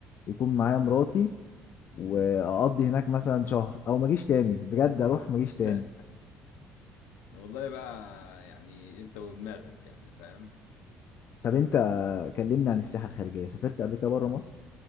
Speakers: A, on the left; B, on the left.
A: ويكون معايا مراتي
B: امم
A: واقضي هناك مثلا شهر او ما اجيش تاني بجد اروح ما اجيش
B: <laughs>
A: تاني
B: والله بقى يعني انت ودماغك يعني فاهم
A: طب انت كلمني عن السياحه الخارجيه سافرت قبل كده بره مصر